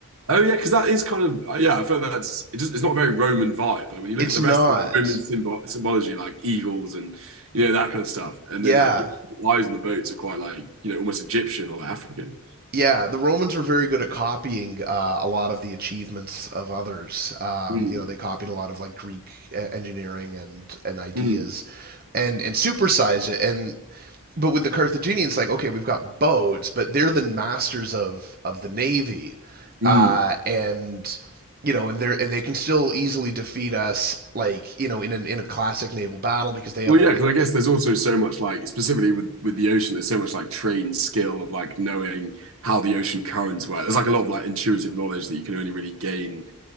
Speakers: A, on the right (about 65°); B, on the right (about 40°).
A: Oh yeah, because that is kind of uh, yeah. I feel that's it just, it's not a very Roman vibe. Like when you look
B: It's
A: at the
B: not.
A: rest of like Roman symbol symbology, like eagles and you know that kind of stuff, and
B: Yeah.
A: then like yeah, the eyes on the boats are quite like you know almost Egyptian or like, African.
B: Yeah, the Romans were very good at copying uh, a lot of the achievements of others. Um,
A: Mm,
B: you know, they copied a lot of like Greek uh, engineering and and ideas,
A: mm,
B: and and supersized it. And but with the Carthaginians, like okay, we've got boats, but they're the masters of of the navy,
A: mm.
B: uh, and you know, and they are and they can still easily defeat us, like you know, in an, in a classic naval battle because they
A: Well,
B: have all
A: yeah, because
B: the,
A: I guess
B: t-
A: there's also so much like specifically with with the ocean, there's so much like trained skill of like knowing how the ocean currents work. There's like a lot of like intuitive knowledge that you can only really gain